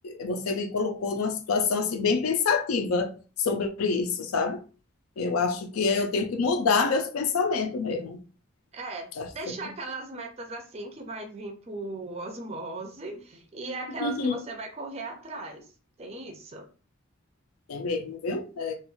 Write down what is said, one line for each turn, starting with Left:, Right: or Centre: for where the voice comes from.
Left: você me colocou numa situação assim bem pensativa sobre isso, sabe? Eu acho que eu tenho que mudar meus pensamentos mesmo.
Right: É,
Left: Acho
Right: deixar
Left: que-
Right: aquelas metas assim que vai vir por osmose e aquelas
Left: <laughs>
Right: que você vai correr atrás. Tem isso?
Left: É mesmo, viu? É,